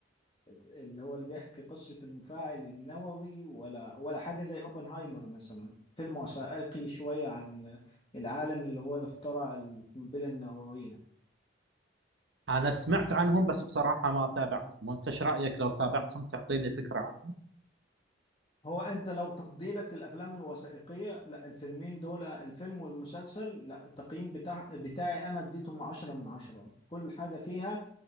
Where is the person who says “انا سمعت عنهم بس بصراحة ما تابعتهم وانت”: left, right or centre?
Right